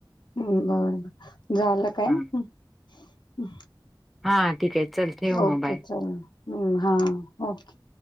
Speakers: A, on the left; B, in the centre.
A: बर बर झालं काय?
B: हा
A: हम्म
B: हा ठीक आहे. चल ठेव
A: ओके
B: मग बाय
A: चल हम्म हा ओके.